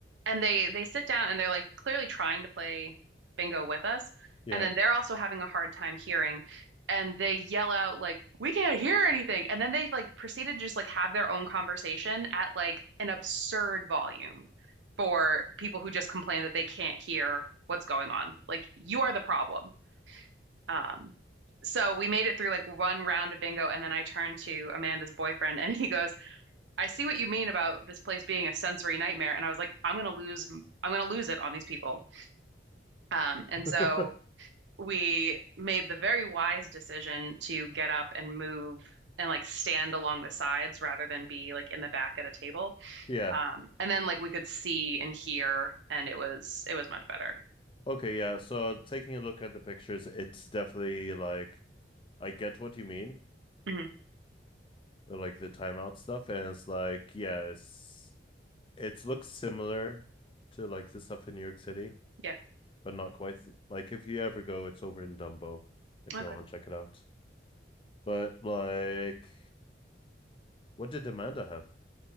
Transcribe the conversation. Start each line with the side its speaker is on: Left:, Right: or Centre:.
Right: and they they sit down and they're like clearly trying to play bingo with us,
Left: yeah
Right: and then they're also having a hard time hearing, and they yell out like we can't hear anything, and then they like proceeded to just like have their own conversation at like an absurd volume for people who just complain that they can't hear what's going on. Like you are the problem. Um, so we made it through like one round of bingo, and then I turned to Amanda's boyfriend, and he goes, "I see what you mean about this place being a sensory nightmare." And I was like, "I'm gonna lose, I'm gonna lose it on these people." Um, and so
Left: <laughs>
Right: we made the very wise decision to get up and move and like stand along the sides rather than be like in the back at a table.
Left: yeah
Right: Um, and then like we could see and hear, and it was it was much better.
Left: Okay, yeah. So taking a look at the pictures, it's definitely like I get what you mean,
Right: hmm
Left: with, like the timeout stuff, and it's like yeah, it's it looks similar to like the stuff in New York City,
Right: Yeah.
Left: but not quite. Like if you ever go, it's over in Dumbo, if
Right: Okay.
Left: you want to check it out. But like, what did Amanda have?